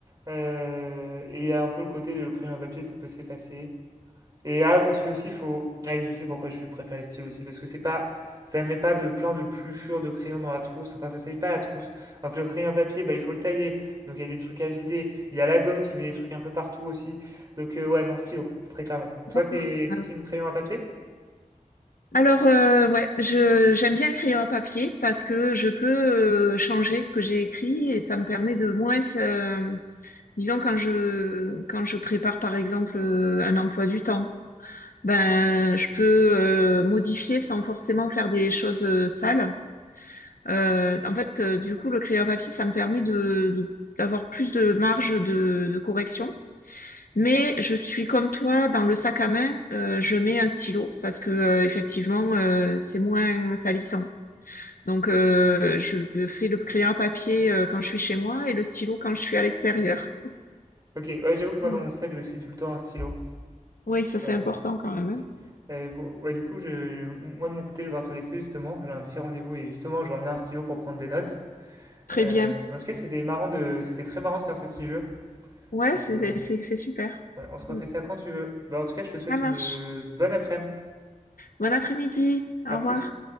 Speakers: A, on the right; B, on the left.
A: Euh, et il y a un peu le côté de le crayon à papier, ça peut s'effacer. Et ah, parce que aussi, faut. Ah, je sais pourquoi je préfère les styles aussi, parce que c'est pas. Ça met pas de plein de pluchures de crayon dans la trousse, enfin ça salit pas la trousse. Alors que le crayon à papier, bah, il faut le tailler, donc il y a des trucs à vider. Il y a la gomme qui met des trucs un peu partout aussi. Donc euh, ouais, non, stylo, très clairement.
B: D'accord.
A: Toi, t'es
B: Ah.
A: team crayon à papier?
B: Alors, euh, ouais, je, j'aime bien le crayon à papier parce que je peux euh, changer ce que j'ai écrit et ça me permet de moins... euh, disons, quand je, quand je prépare, par exemple, euh, un emploi du temps, ben, je peux euh, modifier sans forcément faire des choses euh, sales. Euh, en fait, euh, du coup, le crayon papier, ça me permet de, de- d'avoir plus de marge de, de correction. Mais je suis comme toi, dans le sac à main, euh, je mets un stylo parce que euh, effectivement, euh, c'est moins salissant. Donc, euh, je fais le crayon à papier euh, quand je suis chez moi et le stylo quand je suis à l'extérieur.
A: Ok, ouais, j'avoue que moi
B: Voilà.
A: dans mon sac, je suis tout le temps un stylo.
B: Oui, ça c'est
A: Euh,
B: important quand même. hein.
A: oui. Euh, bon, ouais, du coup, je... moi de mon côté, je vais devoir te laisser justement. J'ai un petit rendez-vous et justement, je vais emmener un stylo pour prendre des notes.
B: Très
A: Euh,
B: bien.
A: mais en tout cas, c'était marrant de, c'était très marrant de faire ce petit jeu.
B: Ouais,
A: Donc,
B: c'est
A: euh,
B: c'est- c'est- c'est super.
A: on, ouais, on se refait
B: Mm.
A: ça quand tu veux. Bah, en tout cas, je te souhaite
B: Ça marche.
A: une euh, bonne après-midi.
B: Bon après-midi. Au
A: À
B: revoir.
A: plus.